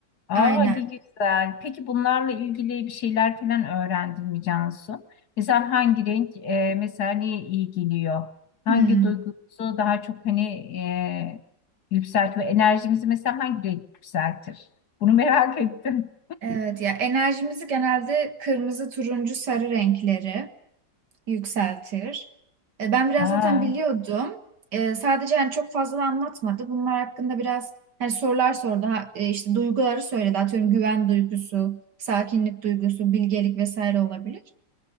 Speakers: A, on the left (about 60°); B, on the right (about 65°).
A: Aa
B: Aynen.
A: ne güzel. Peki bunlarla ilgili bir şeyler falan öğrendin mi Cansu? Mesela hangi renk e, mesela neye iyi geliyor? Hangi
B: Hmm.
A: duygusu daha çok hani e, yükseltiyor? Enerjimizi mesela hangi renk yükseltir? Bunu merak <laughs> ettim.
B: Evet ya enerjimizi genelde kırmızı, turuncu, sarı renkleri yükseltir. E, Ben biraz
A: Aa,
B: zaten biliyordum. E, sadece hani çok fazla da anlatmadı. Bunlar hakkında biraz hani sorular sordu. Ha, e, işte duyguları söyledi. Atıyorum güven duygusu, sakinlik duygusu, bilgelik vesaire olabilir.